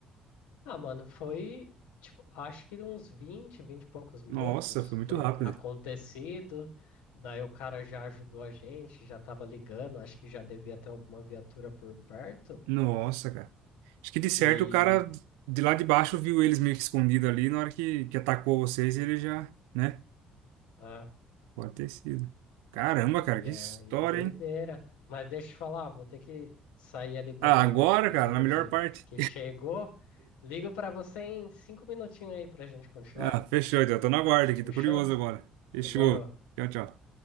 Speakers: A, on the left; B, on the right.
A: Ah, mano, foi, tipo, acho que uns 20, vinte e poucos minutos
B: Nossa, foi muito
A: pro
B: rápido.
A: acontecido. Daí o cara já ajudou a gente, já tava ligando, acho que já devia ter alguma viatura por perto.
B: Nossa, cara. Acho que de certo
A: E,
B: o cara de lá de baixo viu eles meio que escondido ali. Na hora que, que atacou vocês, ele já, né?
A: ah,
B: Pode ter sido. Caramba,
A: e
B: cara, que
A: aí,
B: história,
A: doideira.
B: hein?
A: Mas deixa eu te falar, vou ter que sair ali pegar
B: Ah, agora,
A: um pedido
B: cara, na melhor
A: que,
B: parte.
A: que chegou. Ligo pra você em cinco minutinhos aí pra gente continuar.
B: Ah, fechou, então. Tô na guarda aqui,
A: Fechou?
B: tô curioso agora. Fechou.
A: Demorou.
B: Tchau, tchau.